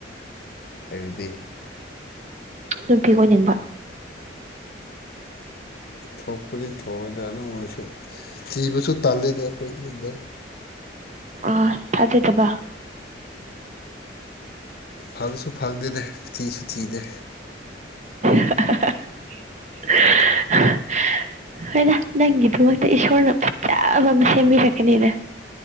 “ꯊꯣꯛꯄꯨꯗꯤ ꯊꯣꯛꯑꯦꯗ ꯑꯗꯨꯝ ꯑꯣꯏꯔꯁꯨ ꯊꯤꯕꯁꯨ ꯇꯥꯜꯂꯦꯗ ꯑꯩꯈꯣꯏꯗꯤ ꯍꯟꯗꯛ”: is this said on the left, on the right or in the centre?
Left